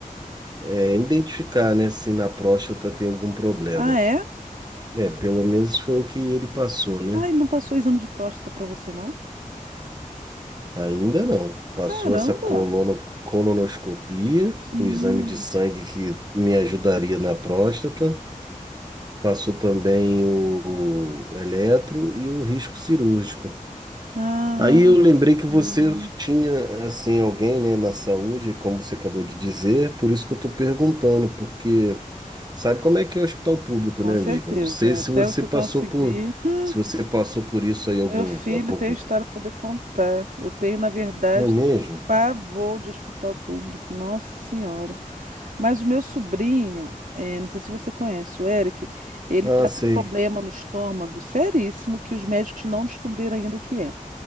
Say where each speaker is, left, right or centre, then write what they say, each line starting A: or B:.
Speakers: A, on the right (about 30°); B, on the right (about 70°).
A: é, identificar, né, se na próstata tem algum problema.
B: Ah, é?
A: É, pelo menos foi o que ele passou, né?
B: Ah, ele não passou o exame de próstata pra você, não?
A: Ainda não. Passou
B: Caramba!
A: essa colono- colonoscopia,
B: Hum.
A: o exame de sangue que me ajudaria na próstata. Passou também o, o eletro e o risco cirúrgico.
B: Ah,
A: Aí eu lembrei que você
B: hum.
A: tinha, assim, alguém, né, na saúde, como você acabou de dizer, por isso que eu estou perguntando, porque sabe como é que é o hospital público,
B: Com
A: né,
B: certeza.
A: amigo? Eu Não sei
B: é,
A: se
B: Até
A: você
B: você
A: passou
B: conseguir.
A: por,
B: Hum,
A: se você passou por isso aí algum,
B: meu filho
A: há pouco,
B: tem história para poder contar. Eu tenho, na verdade,
A: não é mesmo?
B: pavor de hospital público. Nossa Senhora. Mas o meu sobrinho, eh, não sei se você conhece, o Eric, ele
A: Ah,
B: tá
A: sei.
B: com um problema no estômago seríssimo que os médicos não descobriram ainda o que é.